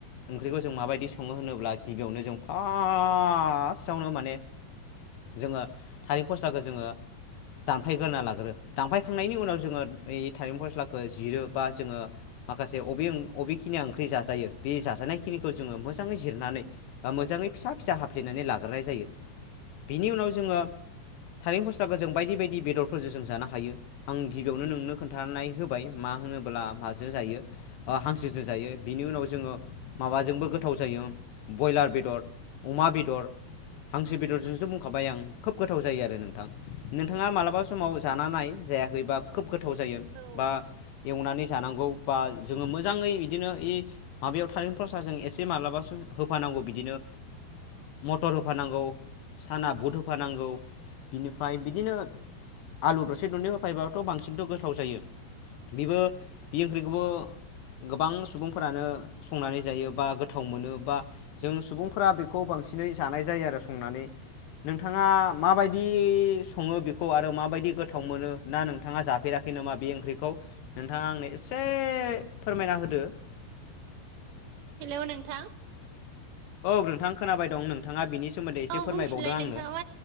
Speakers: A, on the left; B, on the right.
A: ओंख्रिखौ जों माबायदि सङो होनोब्ला गिबियावनो जों फारस्टआवनो माने जोङो थारिम फस्लाखौ जोङो दानफायग्रोना लाग्रो दानफायखांनायनि उनाव जोङो थाइें फस्लाखौ जिरो बा जोङो माखासे अबे बबेखिनिया ओंख्रि जाजायो बे जाजानायखिनिखौ जोङो मोजाङै जिरनानै मोजाङै फिसा फिसा हाफ्लेनानै लाग्रोनाय जायो बिनि उनाव जोङो थारें फस्लाखौ जों बायदि बायदि बेदरफोरजों जों जानो हायो आं गिबियावनो नोंनो खोन्थानाय होबाय मा होनोब्ला माजो जायो हांसोसो जायो बिनि उनाव जोङो माबाजोंबो गोथाव जायो ब्रयलार बेदर अमा बेदर हांसो बेदरजोंसो बुंखाबाय आं खोब गोथाव जायो आरो नोंथां नोंथाङा मालाबा समाव जानानै जायाखैबा खोब गोथाव जायो
B: औ
A: बा एवनानै जानांगौ बा जोङो मो मोजाङै बिदिनो इ माबायाव थार फरस जों एसे माब्लाबासो होफानांगौ बिदिनो मटर होफानांगौ साना बुट होफानांगौ बिनिफ्राय बिदिनो आलु दरसे दरनै होफैबाथ' बांसिनथ' गोथाव जायो बेबो बे ओंख्रिखौबो गोबां सुबुंफोरानो संनानै जायो बा गोथाव मोनो बा जों सुबुंफोरा बेखौ बांसिनै जानाय जायो आरो संनानै नोंथाङा माबायदि सङो बेखौ आरो माबायदि गोथाव मोनो ना नोंथाङा जाथ हैैफेराखै नामा बे ओंख्रिखौ नोंथाङा आंनो एसे फोरमायना होदो
B: हेल' नोंथां
A: औ नोंथां खोनाबाय दं नोंथाङा बिनि सोमोन्दै एसे
B: औ बुंफिनलाय
A: फोरमायबावदों आंनो
B: नोंथाङा मा